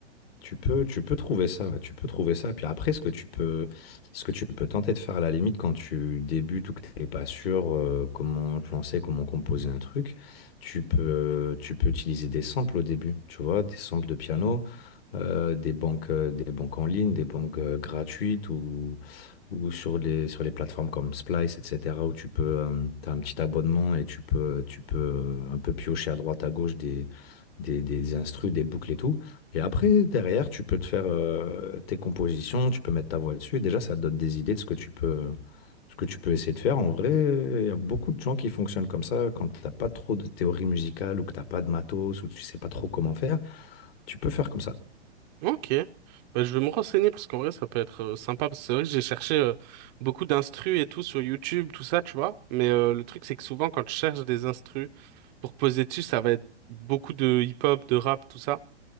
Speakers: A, on the left (about 60°); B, on the right (about 40°).
A: Tu peux tu peux trouver ça, ouais, tu peux trouver ça. Puis après, ce que tu peux ce que tu peux tenter de faire à la limite quand tu débutes ou que tu n'es pas sûr euh, comment te lancer, comment composer un truc, tu peux tu peux utiliser des samples au début, tu vois, des samples de piano, euh, des banques euh, des banques en ligne, des banques euh, gratuites ou ou sur les sur les plateformes comme Splice, etc., où tu peux tu as un petit abonnement et tu peux tu peux euh, un peu piocher à droite à gauche des des, des instrus, des boucles et tout. Et après, derrière, tu peux te faire euh, tes compositions, tu peux mettre ta voix dessus. Et déjà, ça te donne des idées de ce que tu peux, ce que tu peux essayer de faire. En vrai, il y a beaucoup de gens qui fonctionnent comme ça. Quand t'as pas trop de théorie musicale ou que t'as pas de matos ou que tu sais pas trop comment faire, tu peux faire comme ça.
B: Ok, bah, je vais me renseigner parce qu'en vrai ça peut être euh, sympa parce que c'est vrai que j'ai cherché euh, beaucoup d'instrus et tout sur YouTube, tout ça, tu vois. Mais euh, le truc c'est que souvent quand je cherche des instrus pour poser dessus, ça va être beaucoup de hip-hop, de rap, tout ça.